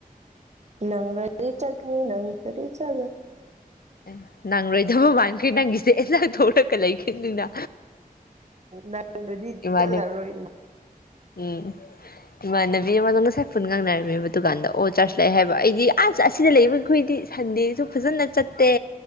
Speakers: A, on the right (about 50°); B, on the left (about 80°).
A: ꯅꯪꯔꯤ ꯆꯠꯅꯤ ꯅꯪꯔꯤ ꯆ
B: ꯑꯦ ꯅꯪꯔꯣꯏꯗꯕ ꯃꯥꯟ ꯀꯩ ꯅꯪꯁꯤꯁ ꯑꯦ ꯆꯥ ꯊꯣꯔꯀ ꯂꯩ ꯈꯅ
A: ꯅꯪꯗꯗꯤ
B: ꯏꯃꯅꯦ
A: ꯆꯠꯂꯔꯣꯏ
B: ꯎꯝ ꯏꯃꯥꯟꯅꯕꯤ ꯑꯃꯗꯣ ꯉꯁꯥꯏ ꯐꯨꯟ ꯉꯥꯡꯅꯔꯝꯃꯦꯕ ꯗꯨꯀꯥꯟꯗ ꯑꯣ ꯆꯥꯔꯖ ꯂꯥꯛꯑꯦ ꯍꯥꯏꯕ ꯑꯩꯗꯤ ꯑꯁ ꯑꯁꯤꯗ ꯂꯩꯕ ꯑꯩꯈꯣꯏꯗꯤ ꯁꯟꯗꯦꯁꯨ ꯐꯖꯅ ꯆꯠꯇꯦ